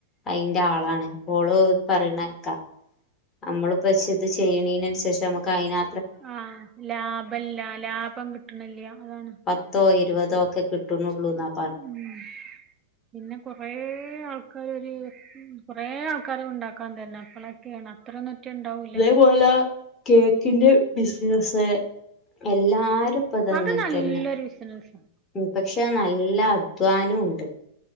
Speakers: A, on the left; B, on the right.
A: അയിന്റെ ആളാണ്, ഓള് പറേണേക്കാം നമ്മളിപ്പച്ച് ഇത് ചെയ്യ്ണീനനുസരിച്ച് നമ്മുക്ക് അയിനാ
B: ആഹ്, ലാഭം ഇല്ല ലാഭം കിട്ടണില്യാ അതാണ്.
A: പത്തോ, ഇരുപതോ ഒക്കെ കിട്ടുന്നുള്ളൂന്നാ പ
B: ഉം, പിന്നെ കൊറേ ആൾക്കാര് ഒര് കൊറെ ആൾ ക്കരം ഉണ്ടാക്കാ തന്നെ, എപ്പോളൊക്കെയാണ്, അത്ര നെറ്റ് ഉണ്ടാവൂല.
A: അത്പോലെ കേക്കിന്റെ ബിസിനസ്സ്, എല്ലാരും ഇപ്പ ഇത് അങ്ങനെ
B: അത് നല്ലൊരു
A: തന്നെ
B: ബിസിനസ്സാ
A: പക്ഷെ, നല്ല അധ്വാനവും ഉണ്ട്.